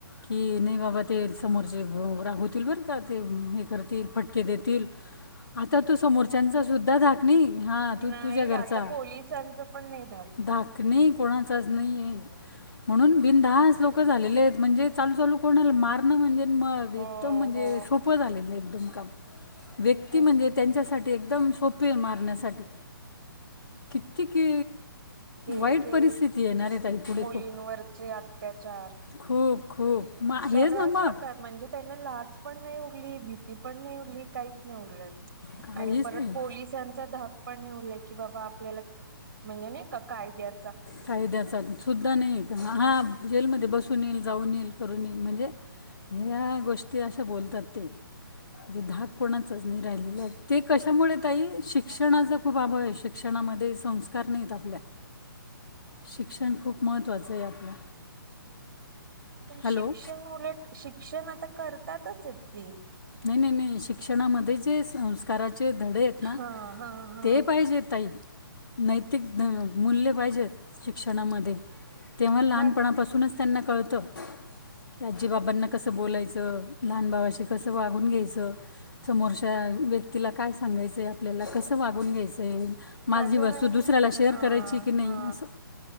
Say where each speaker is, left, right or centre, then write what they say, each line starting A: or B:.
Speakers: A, on the left; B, on the right.
A: कि नाही बाबा ते समोरचे रागवतील बर आता ते हे करतील फटके देतील आता तू समोरच्याचा सुद्धा धाक नाही हां तू
B: नाही
A: तुझ्या घरचा
B: आता पोलिसांचं पण नाही धाक
A: धाकणे कोणाचाच नाही आहे म्हणून बिनधास्त लोक झालेले आहेत म्हणजे चालू चालू कोणाला मारण म्हणजे मग
B: हो
A: एकदम म्हणजे
B: हो
A: सोपं झालेल एकदम काम व्यक्ती
B: खूप
A: म्हणजे त्यांच्यासाठी एकदम सोपे आहे मारण्यासाठी किती की
B: तेच
A: वाईट
B: ते
A: परिस्थिती येणार आहे ताई पुढे
B: मुलींवरचे
A: खूप
B: अत्याचार
A: खूप खूप मा हेच
B: सर्रास
A: ना मग
B: होत आहेत म्हणजे त्यांना लाज पण नाही उरली भीती पण नाही उरली काहीच नाही उरलं.
A: काहीच
B: आणि परत
A: नाही
B: पोलिसांचा धा पण उरलंय की बाबा आपल्याला म्हणजे नाही कायद्याच्या,
A: कायद्याचा सुद्धा नाही का हा जेलमध्ये बसून येईल जाऊन येईल करून येईल म्हणजे, ह गोष्टी अशा बोलतात ते, म्हणे धाक कोणाच नाही राहिलेला ते कशामुळे तई शिक्षणाचा खूप अभाव आहे शिक्षणा, संस्कार नाहीत आपल्या, शिक्षण खूप महत्त्वाचं आहे आपलं.
B: पण शिक्षण
A: हॅलो
B: उलट. शिक्षण आता करतातच आहेत की?
A: नाही नाही नाही शिक्षणामध्येच संस्काराचे धडे आहेत ना.
B: हा हा हा
A: ते पाहिजे ताई. नैतिक मूल्य पाहिजेत शिक्षणामध्ये. तेव्हा लहानपणापासूनच.
B: म
A: त्यांना कळत की आजी-बाबांना कसं बोलायचं? लहान भावाशी कसं वागून घ्यायचं? समोरच्या व्यक्तीला काय सांगायचंय आपल्याला कसं वागून घ्यायचं? ते माझी
B: माझ्या
A: वस्तू दुसऱ्याला शेअर
B: हा
A: करायची की नाही
B: हा
A: असं